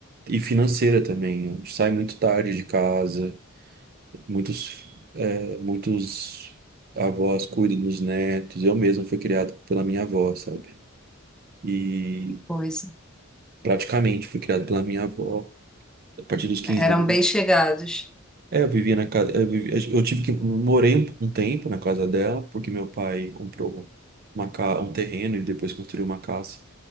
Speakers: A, on the right; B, in the centre.
A: E financeira também. A gente sai muito tarde de casa, muitos, eh, muitos avós cuidam dos netos. Eu mesmo fui criado pela minha avó, sabe? E
B: que coisa.
A: praticamente fui criado pela minha avó a partir dos 15
B: Eram
A: anos.
B: bem chegados.
A: É, eu vivia na casa. Eu, vivi- eu tive que. Morei um, um tempo na casa dela, porque meu pai comprou uma, ca- um terreno e depois construiu uma casa.